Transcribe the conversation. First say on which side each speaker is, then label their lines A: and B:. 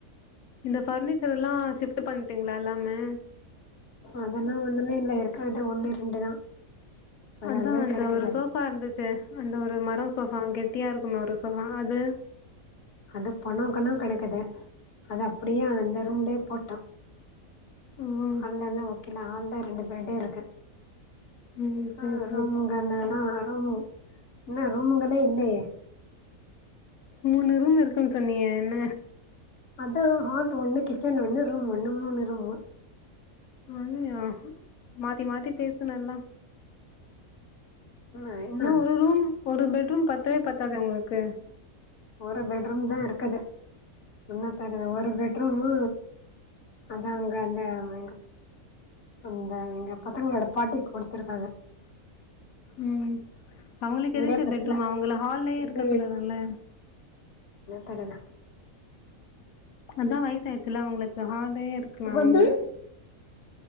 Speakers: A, on the left; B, on the left.
A: இந்த பர்னிச்சர் எல்லா சிப் பண்டேங்களா எல்லாமே
B: அதெல்லா ஒண்ணுமே இல்ல இருக்கறது ஒன்னு ரெண்டுதா அது
A: அதா
B: அங்கயே
A: அந்த
B: கெடக்குது
A: ஒரு சோஃபா
B: அது
A: இருந்துச்சே அந்த ஒரு மரோ சோஃபா அங்கே குட்டியா இருக்கு ஒரு சோஃபா அது
B: அது பொணோ கணோ கனக்குது அது அப்டியே அந்த ரூம்லே போட்டோ
A: ம்
B: அந்தனா ஓகேனா ஹால்ல ரெண்டு பெட்டு இருக்கு
A: ம் சரி
B: அ
A: சரி
B: ரொங்க நனா அம்மு என்ன ரூமுங்களே இல்லியே
A: மூணு ரூம் இருக்குன்னு சொன்னியே என்ன
B: அதா ஹால் ஒன்னு கிச்சன் ஒன்னு ரூம் ஒன்னு மூணு ரூமு
A: ஐயா மாத்தி மாத்தி பேசன எல்லா
B: இன்ன என்னா
A: ஒரு ரூம் ஒரு பெட்ரூம் பத்தவே பத்தாதே உங்ளுக்கு
B: ஒரு பெட்ரூம் தா இருக்குது என்ன தர்ரது ஒரு பெட்ரூமு அதா அங்க அந்த எங்க அந்த எங்க பசங்களோட பாட்டிக்கு குடுத்துருக்காங்க
A: உம் அவங்களுக்கு
B: வீடே
A: எதுக்கு
B: பத்தல
A: பெட்ரூம் அவங்கள ஹால்லயே
B: இந்த
A: இருக்க சொல்லலால
B: தடதா
A: அதா வயசாயிச்சில்ல அவங்களுக்கு ஹாலே இருக்கலால்ல
B: வந்து